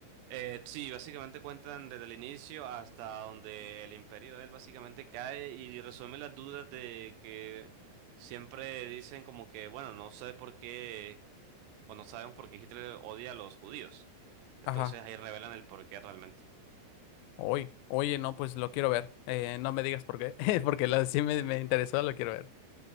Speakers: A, on the right; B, on the left.
A: Eh, sí, básicamente cuentan desde el inicio hasta donde el imperio de él básicamente cae y resuelve las dudas de que siempre dicen como que, bueno, no sé por qué, o no sabemos por qué Hitler odia a los judíos. Entonces
B: Ajá.
A: ahí revelan el por qué realmente.
B: Oye, oye, no, pues lo quiero ver. Eh, no me digas por qué, <laughs> porque la sí me, me interesó, lo quiero ver.